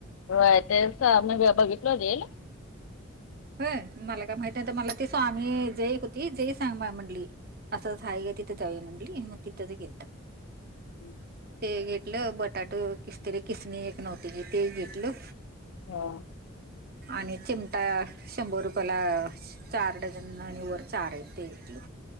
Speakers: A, on the left (about 75°); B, on the right (about 45°).
A: होय तेच आम्ही बघितलं रीळ
B: होय मला काय माहिती नाहीत मला ती स्वामी जई होती जय सांग म्हणली असंच हा का तिथं जाऊ मंडली मग तिथंच गेलतो,
A: हम्
B: हे घेतलं बटाटा किस तरी किसने किस तरी नव्हती ते घेतलं,
A: हा,
B: आणि चिमटा शंभर रुपयाला चार डझन आणि वर चार आहेत ते घेतलं,